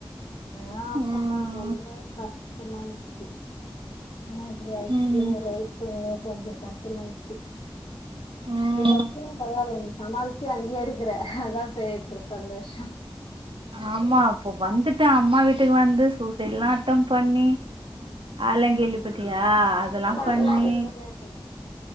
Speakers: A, on the left (about 65°); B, on the right (about 65°).
A: ஆ
B: ம்
A: அப்ப நா ரொம்ப கஷ்டமா இருந்துச்சு என்னா இப்டி ஆய்ச்சு
B: ம்
A: ஏ ஃலைப்புனு கொஞ்சொ கஷ்டமாயின்ச்சு
B: ம்
A: அதுக்கப்பரோ பரவால்ல நீ சமாளிச்சு அங்கயே இருக்கற அதாப் பெ பெரு சந்தோஷோ
B: ஆமா அப்போ வந்துட்டா அம்மா வீட்டுக்கு வந்து சூசைட்லா அன்டன் பண்ணி அலா கேள்விபட்டியா அதல்லா
A: இல்ல
B: பண்ணி
A: அதெல்லா எனக்கு தெரியாது